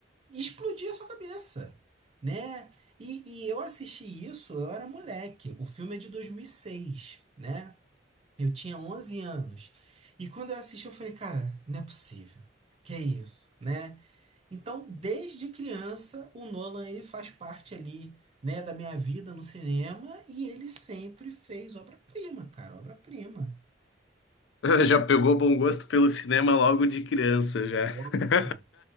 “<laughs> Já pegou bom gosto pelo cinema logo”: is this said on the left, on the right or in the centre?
Left